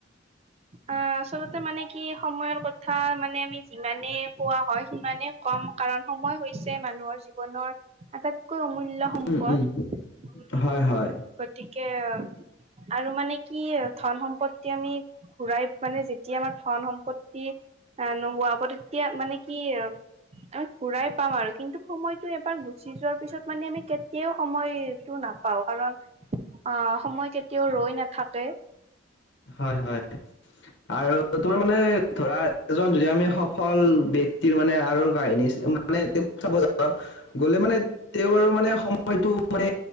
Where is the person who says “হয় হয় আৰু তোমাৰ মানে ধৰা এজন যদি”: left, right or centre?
Left